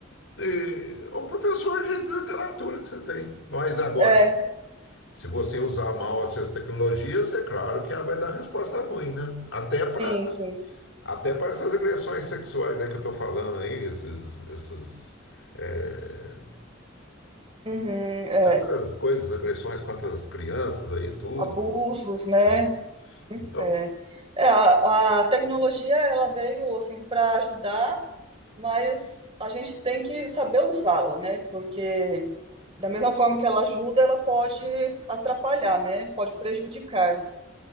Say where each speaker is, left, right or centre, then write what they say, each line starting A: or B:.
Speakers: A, on the left; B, on the right.
A: eh, é um professor de literatura que você tem. Mas agora,
B: é,
A: se você usar mal essas tecnologias, é claro que ela vai dar resposta ruim, né? Até para
B: sim, sim.
A: até para essas agressões sexuais aí que eu estou falando aí, esses, esses, é,
B: Uhum, é.
A: essas coisas, agressões contra as crianças aí, tudo.
B: abusos, né?
A: né? Então,
B: É, É, a, a tecnologia ela veio assim para ajudar, mas a gente tem que saber usá-la, né? Porque da mesma forma que ela ajuda, ela pode atrapalhar, né? Pode prejudicar.